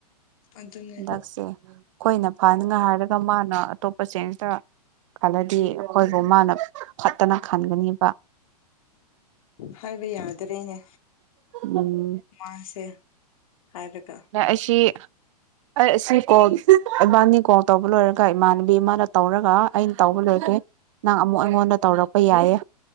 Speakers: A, on the left; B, on the right.
A: ꯑꯗꯨꯅꯦ
B: ꯍꯟꯗꯛꯁꯦ ꯑꯩꯈꯣꯏꯅ ꯐꯅꯤꯡꯉꯥꯏ ꯍꯥꯏꯔꯒ ꯃꯥꯅ ꯑꯇꯣꯞꯄ ꯆꯦꯟꯁꯤꯇ ꯈꯜꯂꯗꯤ ꯑꯩꯈꯣꯏꯕꯨ ꯃꯥꯅ ꯐꯠꯇꯅ ꯈꯟꯒꯅꯦꯕ
A: ꯍꯥꯏꯕ ꯌꯥꯗ꯭ꯔꯦꯅꯦ
B: ꯎꯝ
A: ꯃꯥꯁꯦ ꯍꯥꯏꯔꯒ
B: ꯑꯁꯤ ꯑꯩ ꯑꯁꯤ ꯀꯣꯜ ꯏꯕꯥꯅꯤ ꯀꯣꯜ ꯇꯧꯕ ꯂꯣꯏꯔꯒ ꯏꯃꯥꯟꯅꯕꯤ ꯑꯃꯅ ꯇꯧꯔꯒ ꯑꯩꯅ ꯇꯧꯕ ꯂꯣꯏꯔꯗꯣꯏ ꯅꯪ ꯑꯃꯨꯛ ꯑꯩꯉꯣꯟꯗ ꯇꯧꯔꯛꯄ ꯌꯥꯏꯌꯦ